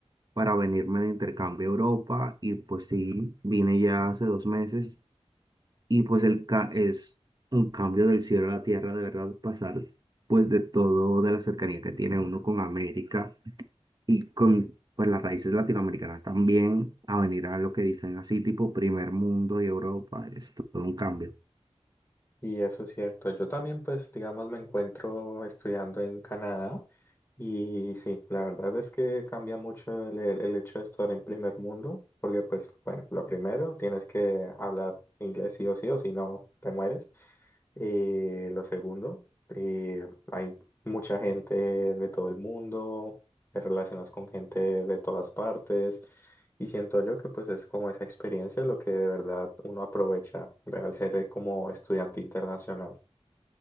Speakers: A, on the right; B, on the left.
A: para venirme de intercambio a Europa y pues sí, vine ya hace dos meses Y pues el ca es un cambio del cielo a la tierra, de verdad, pasar pues de todo, de la cercanía que tiene uno con América y con pues las raíces latinoamericanas también, a venir a lo que dicen así, tipo primer mundo y Europa, es todo un cambio,
B: Y eso es cierto. Yo también, pues, digamos, me encuentro estudiando en Canadá y sí, la verdad es que cambia mucho el, el- el hecho de estar en primer mundo, porque pues, bueno, lo primero, tienes que hablar inglés sí o sí o si no, te mueres. Eh, lo segundo, eh, hay mucha gente de todo el mundo, te relacionas con gente de todas partes. Y siento yo que pues es como esa experiencia lo que de verdad uno aprovecha ¿verdad? al ser eh, como estudiante internacional.